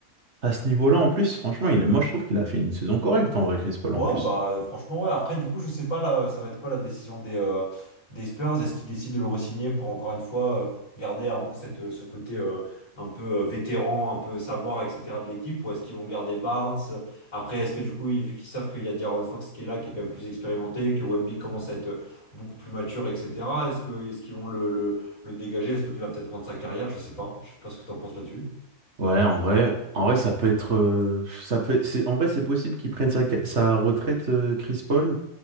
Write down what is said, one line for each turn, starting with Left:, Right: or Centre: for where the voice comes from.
Right: à ce niveau-là en plus, franchement, il, moi je trouve qu'il a fait une saison correcte en vrai, Chris Paul
Left: Ouais,
Right: en plus.
Left: bah euh, franchement, ouais. Après, du coup, je sais pas là, euh, ça va être quoi la décision des, euh, des Spurs? Est-ce qu'ils décident de le re-signer pour encore une fois euh, garder un peu cette, euh, ce côté euh, un peu euh, vétéran, un peu savoir, etc. de l'équipe? Ou est-ce qu'ils vont garder Barnes? Après, est-ce que du coup, ils- vu qu'ils savent qu'il y a De'Aaron Fox qui est là, qui est quand même plus expérimenté, que Wemby commence à être euh, beaucoup plus mature, etc. Est-ce que est-ce qu'ils vont le, le, le dégager? Est-ce que lui va peut-être prendre sa carrière? Je sais pas. Je sais pas ce que tu en penses là-dessus.
Right: Ouais, en vrai, en vrai, ça peut être, euh, ça peut, c'est, en vrai, c'est possible qu'il prenne sa, sa retraite, euh, Chris Paul,